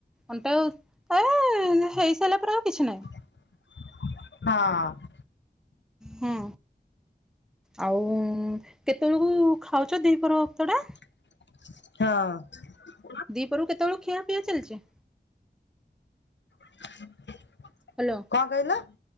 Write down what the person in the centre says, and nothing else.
ଅଣ୍ଟା ଆଉ ଏ ହେଇସାରିଲା ପରେ ଆଉ କିଛି ନାହିଁ।
ହୁଁ। ଆଉ କେତେବେଳକୁ ଖାଉଛ ଦିହି ପହର ବକ୍ତଟା?
ଦିପରୁ କେତେବେଳୁ ଖିଆ ପିଆ ଚାଲିଛି?
ହ୍ୟାଲୋ